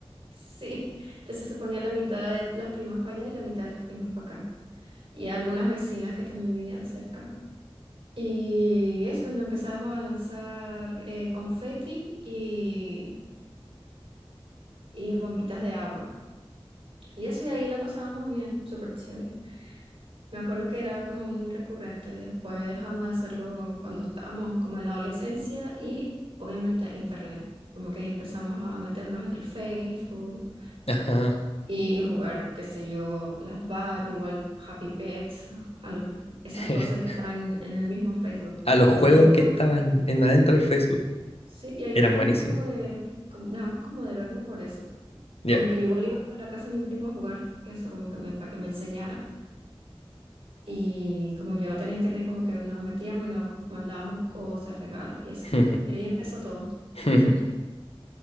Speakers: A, on the right (about 70°); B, on the left (about 80°).
A: sí, entonces se ponía la mitad de las primas para allá y la mitad de las primas para acá. Y algunas vecinas que también vivían cerca. Y eso, nos empezamos a lanzar eh, confeti y, y bombitas de agua. Y eso, y ahí la pasábamos bien, súper chévere. Me acuerdo que era como muy recurrente. Después dejamos de hacerlo cuando estábamos como en la adolescencia y obviamente internet. Como que ahí empezamos a meternos en el Facebook
B: Ajá.
A: Y jugar, qué sé yo, las Barbie, igual Happy Pets, a los, esas
B: <laughs>
A: cosas que están en el mismo Facebook.
B: A los juegos
A: Y ahí como,
B: que estaban en adentro del Facebook.
A: sí, y ahí
B: Eran
A: dejamos
B: buenísimos.
A: como de, como- dejamos como de vernos por eso. Como
B: Ya.
A: que yo igual iba a la casa de mi primo a jugar eso, como que me, para que me enseñara. Y como yo no tenía internet, como que nos metíamos y nos mandábamos cosas, regalos y así.
B: <laughs>
A: Y ahí empezó todo,
B: <laughs>